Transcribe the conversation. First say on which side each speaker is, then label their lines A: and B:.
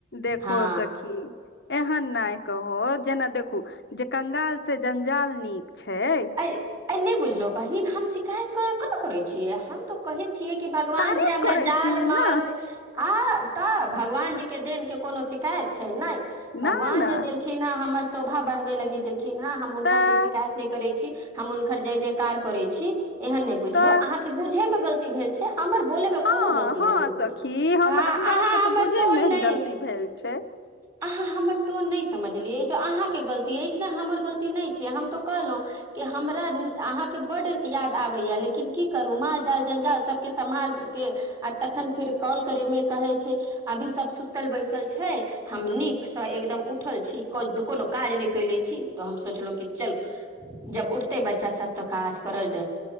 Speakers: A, on the left (about 55°); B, on the right (about 25°).
A: देखो
B: हा
A: सखी एहन नय कहू जेना देखू जे कंगाल से जंजाल नीक छै
B: <unintelligible> ऐय नय बुझलो बहिन हम शिकायत कर कत करे छिय हम तऽ कहे छियै कि भगवान
A: तारीफ
B: जे हमरा
A: करै
B: जान
A: छियै
B: माल
A: ने
B: आऽ तऽ भगवान जी के देने कोनो शिकायत छै नय भगवान
A: न न
B: जे देलखिन हैं हमर शोभा बढ़ाबै लगी देलखिन हैं हम हुनका
A: तऽ
B: स शिकायत नय छी हम हुनकर जय जयकार करै छी एहन नय बुझियो
A: तऽ
B: अहाँके बुझै मे गलती भेल छै हमर बोलै मे
A: हँ
B: कोनो गलती
A: हँ
B: नय भेल
A: सखी
B: छै
A: हमरा
B: हँ अहाँ
A: अर के तऽ
B: हमर
A: बुझै
B: टोन
A: में
B: नहि
A: गलती भेल छै
B: अहाँ हमर टोन नय समझलियै तऽ अहाँके गलती ऐछ न कि हमर गलती नय छै हम तऽ कहलो कि हमरा अहाँक बड्ड याद आवैय लेकिन की करू माल जाल जंजाल सब के सम्हाल के आ तखन फिर कॉल करै मे कहै छै अभी सब सुतल बैसल छय हम नीक स एकदम उठल छी कोनो काज नय कएले छी तऽ हम सोचलो कि चलू जब उठतै बच्चा सभ तऽ काज करल जाए